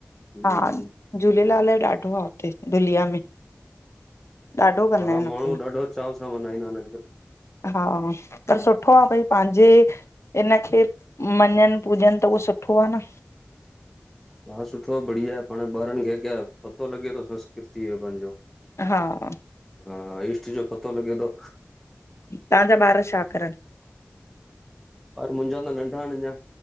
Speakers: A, in the centre; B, on the left.
A: हम्म
B: हा झूलेलाल जो ॾाढो आ, हुते धुलिया में। ॾाढो कंदा
A: हा,
B: आहिनि हुते
A: माण्हूं ॾाढ़ो चाव सां मनाईंदा अन अॼकल्ह।
B: हा, पर सुठो आ, पई पांजे जे, इनखे मञन पूजन त उहो सुठो आ न।
A: हा, सुठो आ, बढ़िया आ, पाण ॿारन खे अॻयां पतो लॻे तो संस्कृतिअ जो पांजो।
B: हा
A: हा, ईष्ट जो पतो लॻे तो।
B: तहांजा ॿार छा करन?
A: ॿार मुंजा त नंढ़ान अञा।